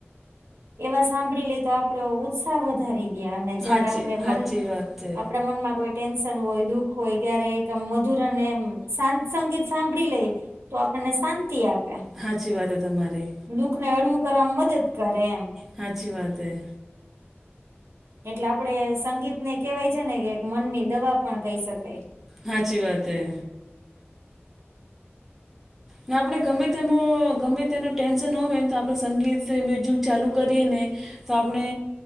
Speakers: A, on the right; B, in the centre.
A: એવા સાંભળી લે તો આપડે ઉ સાહ વધારી દેય અને જયારે
B: હાચી
A: આપણે
B: હાચી
A: મન
B: વાત છે
A: આપણા મનમાં કોઈ ટેન્શન હોય દુઃખ હોય. ત્યારે એક આ મધુરને એમ શાંત સંગીત સાંભળી લઈ તો આપણને શાંતિ આપે.
B: હાચી વાત હે તમારી
A: દુખને હડવું કરવાવામાં મદદ કરે એમ
B: હા અચછી વાત હૈ.
A: એટલે આપડે સંગીતને કેહેવાય છે ને કે એક મનની દવા પણ કહી શકાય.
B: હાચી વાત હૈ. ને આપણે ગમે તેમાં ગમે તેનું ટેન્સન હો હોય, ને તો આપણે સંગીત મ્યુઝિક ચાલુ કરીએ ને. તો આપણે